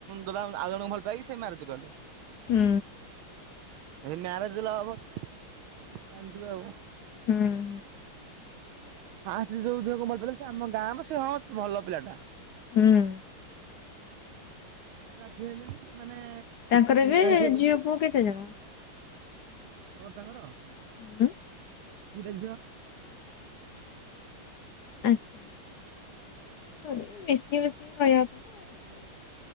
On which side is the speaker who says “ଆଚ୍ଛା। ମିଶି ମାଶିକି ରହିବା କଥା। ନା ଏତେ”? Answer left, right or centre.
Left